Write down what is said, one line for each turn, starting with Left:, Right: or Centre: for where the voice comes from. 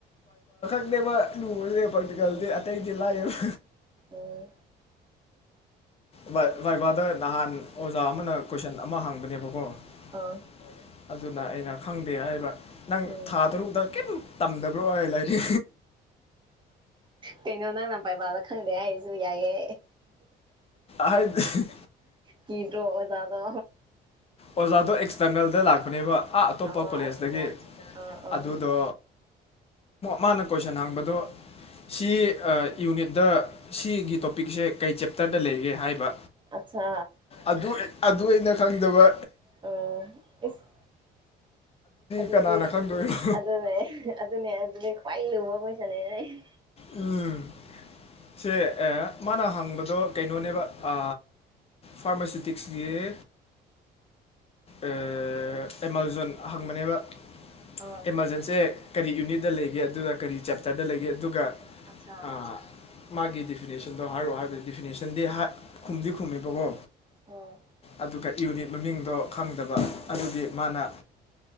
Left: ꯀ ꯃꯥ ꯂ ꯂꯩ ꯄꯔꯇꯀꯜꯗ ꯑꯇꯩꯗꯤ ꯂꯥꯌꯦꯕ
Right: ꯎꯝ
Left: ꯕꯥꯏ ꯕꯥꯏꯚꯗ ꯅꯍꯥꯟ ꯑꯣꯖꯥ ꯑꯃꯅ ꯀꯣꯏꯁꯟ ꯑꯃ ꯍꯥꯡꯕꯅꯦꯕꯀꯣ <unintelligible>
Right: ꯑꯥ
Left: ꯑꯗꯨꯅ ꯑꯩꯅ ꯈꯪꯗꯦ ꯍꯥꯏꯕ ꯅꯪ
Right: ꯎꯝ
Left: ꯊꯥ ꯇꯔꯨꯛꯇ ꯀꯦꯝ ꯇꯝꯗꯕ꯭ꯔꯣ ꯍꯥꯏ ꯂꯥꯏꯔꯤ
Right: ꯀꯩꯅꯣ ꯅꯪ ꯅ ꯕꯥꯏꯕꯥꯗ ꯈꯪꯗꯦ ꯍꯥꯏꯁꯨ ꯌꯥꯏꯌꯦ
Left: ꯍꯥꯏꯊꯤ
Right: ꯀꯤꯗꯔꯣ ꯑꯣꯖꯥꯗꯣ
Left: ꯑꯣꯖꯥꯗꯣ ꯑꯦꯛꯁꯇꯔꯅꯦꯜꯗ ꯂꯥꯛꯄꯅꯦꯕ ꯑꯥ ꯑꯇꯣꯞ
Right: ꯑꯣ
Left: ꯄꯥ ꯀꯣꯂꯦꯖꯇꯒꯤ
Right: ꯑꯠꯆꯥ ꯑꯠꯆꯥ ꯑꯥ ꯑꯥ
Left: ꯑꯗꯨꯗꯣ ꯃꯥꯅ ꯀꯣꯏꯁꯟ ꯍꯡꯕꯗꯣ ꯁꯤ ꯌꯨꯅꯤꯠꯇ ꯁꯤꯒꯤ ꯇꯣꯄꯤꯛꯁꯦ ꯀꯩ ꯆꯦꯞꯇꯔꯗ ꯂꯩꯒꯦ ꯍꯥꯏꯕ
Right: ꯑꯠꯆꯥ
Left: ꯑꯗꯨꯒꯤ ꯑꯗꯨ ꯑꯩꯅ ꯈꯪꯗꯕ
Right: ꯑꯣ ꯏꯁ ꯑꯗꯨꯗꯤ
Left: ꯀꯅꯥꯅ ꯈꯪꯗꯣꯏꯅꯣ
Right: ꯑꯗꯨꯅꯦ ꯑꯗꯨꯅꯦ ꯑꯗꯨꯗꯤ ꯈ꯭ꯋꯥꯏ ꯂꯨꯕ ꯀꯣꯏꯁꯅꯦꯅꯦ ꯍ <unintelligible>
Left: ꯎꯝ ꯁꯦ ꯃꯥꯅ ꯍꯪꯕꯗꯣ ꯀꯩꯅꯣꯅꯦꯕ ꯑ ꯐꯥꯔꯃꯥꯁꯤꯇꯤꯛꯁ ꯀꯤ ꯑꯦ ꯑꯦ ꯑꯦꯃꯥꯖꯣꯟ ꯍꯪꯕꯅꯦꯕ
Right: ꯑ
Left: ꯑꯦꯃꯥꯔꯖꯦꯟꯁꯦ ꯀꯔꯤ ꯌꯨꯅꯤꯠꯇꯗ ꯂꯩꯒꯦ ꯑꯗꯨꯒ ꯀꯔꯤ ꯆꯦꯞꯇꯔꯗ ꯂꯩꯒꯦ ꯑꯗꯨꯒ
Right: ꯑꯆꯥ
Left: ꯑ, ꯃꯥꯒꯤ ꯗꯤꯐꯤꯅꯦꯁꯟꯗꯣ ꯍꯥꯏꯔꯛꯑꯣ ꯍꯥꯏꯕꯗꯤ ꯗꯤꯐꯤꯅꯦꯁꯟꯗꯤ ꯈꯨꯝꯗꯤ ꯈꯨꯝꯃꯦꯕꯀꯣ
Right: ꯑꯣ
Left: ꯑꯗꯨꯒ ꯌꯨꯅꯤꯠ ꯃꯃꯤꯡꯗꯣ ꯈꯪꯗꯕ ꯑꯗꯨꯒꯤ
Right: ꯎꯝ
Left: ꯃꯥꯅ